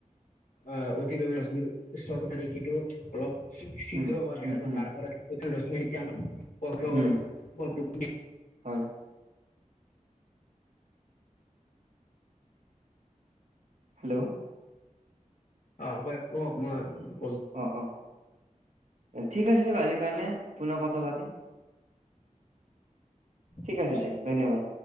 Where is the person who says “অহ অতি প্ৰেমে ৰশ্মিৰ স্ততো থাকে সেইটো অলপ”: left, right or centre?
Left